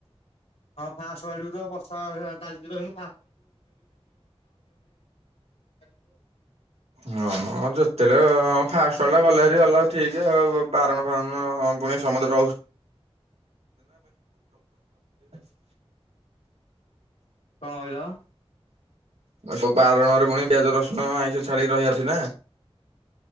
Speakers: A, on the left; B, on the right.
A: ହଁ, ଫାଷ୍ଟ ପାଳି ଠୁ ତ, ବର୍ଷା ଚାଲିଚି ତ ଏଇନୁ <unintelligible> <unintelligible>
B: ହଁ, ଯେତେବେଳେ, ହଁ ଫାଷ୍ଟ ଟା ଗଲେରି ଗଲା, ଉଠେଇଚେ ଆଉ ଉ ବାରଣ ଫାରଣ ପୁଣି ସମତେ <unintelligible>
A: କଣ କହିଲ?
B: ସବୁ ବାରଣରେ ପୁଣି ପିଆଜ ରସୁଣ ଆଇଁଷ ଛାଡି ରହିବା ଅଛିନା?